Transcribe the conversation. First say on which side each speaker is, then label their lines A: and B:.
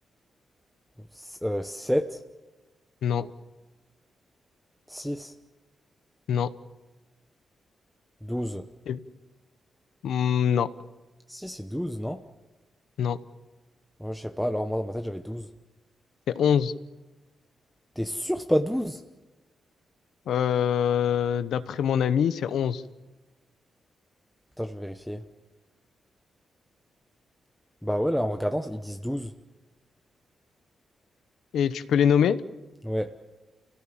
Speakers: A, in the centre; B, on the left.
A: 7,
B: Non.
A: 6,
B: Non.
A: 12.
B: Et- Hmm, non.
A: 6 et 12, non?
B: Non.
A: Ouais, je sais pas, alors moi dans ma tête j'avais douze.
B: C'est 11.
A: T'es sûr c'est pas douze
B: Euh, d'après mon ami, c'est 11.
A: Attends, je vais vérifier. Bah ouais, là en regardant, ils disent 12.
B: Et tu peux les nommer?
A: Ouais.